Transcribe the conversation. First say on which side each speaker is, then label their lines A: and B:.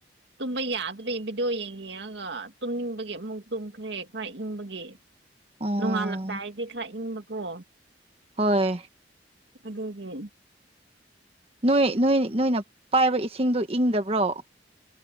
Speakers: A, on the right (about 75°); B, on the right (about 35°).
A: ꯇꯨꯝꯕ ꯌꯥꯗꯕꯒꯤ ꯚꯤꯗꯤꯑꯣ ꯌꯦꯡ ꯌꯦꯡꯉꯒ ꯇꯨꯝꯅꯤꯡꯕꯒꯤ ꯑꯃꯨꯛ ꯇꯨꯝꯈ꯭ꯔꯦ ꯈꯔ ꯏꯪꯕꯒꯤ
B: ꯑꯣ
A: ꯅꯣꯡꯉꯥꯜꯂꯝ ꯇꯥꯏꯗꯤ ꯈꯔ ꯏꯪꯕꯀꯣ
B: ꯍꯣꯏ
A: ꯑꯗꯨꯗꯤ
B: ꯅꯣꯏ ꯅꯣꯏ ꯅꯣꯏꯅ ꯄꯥꯏꯕ ꯏꯁꯤꯡꯗꯨ ꯏꯪꯗꯕ꯭ꯔꯣ